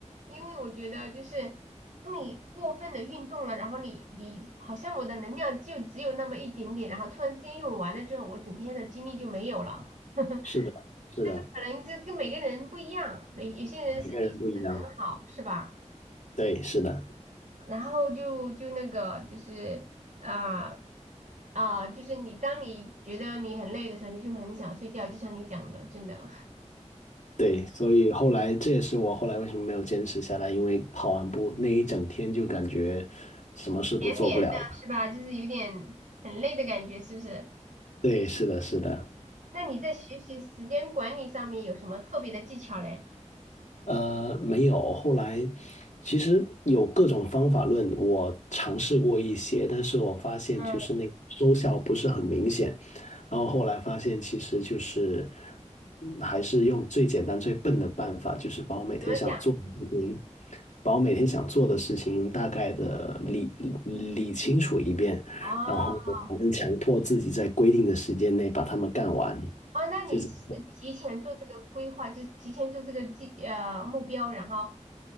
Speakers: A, on the right (about 85°); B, on the left (about 80°).
A: 因为我觉得就是当你过分的运动了，然后你你好像我的能量就只有那么一点点，然后突然之间用完了之后，我整天的精力就没有了。<laughs>
B: <laughs> 是的，是的，
A: 可能这跟每个人不一样，每有些人身体素质很好，
B: 每个人不一样。
A: 是吧？
B: 对，是的，
A: 然后就就那个就是啊啊、就是你当你觉得你很累的时候，你就很想睡觉，就像你讲的，真的
B: 对，所以后来这也是我后来为什么没有坚持下来，因为跑完步那一整天就感觉什么事都做不了了。
A: 绵绵 <laughs> 的是吧？就是有点很累的感觉，是不是？
B: 对，是的，是的。
A: 那你在学习时间管理上面有什么特别的技巧嘞？
B: 呃，没有。后来其实有各种方法论，我尝试过一些，但是我发现就是那个收效不是很明显。
A: 嗯，
B: 然后后来发现，其实就是嗯还是用最简单、最笨的办法，就是把我每天想做的事情，
A: 怎么讲？
B: 把我每天想做的事情大概的理理清楚一遍，
A: 哦
B: 然后反正强迫自己在规定的时间内把它们干完，
A: 哦，那你是提前做这个规划，
B: 就这么做。
A: 就是提前做这个计呃目标，然后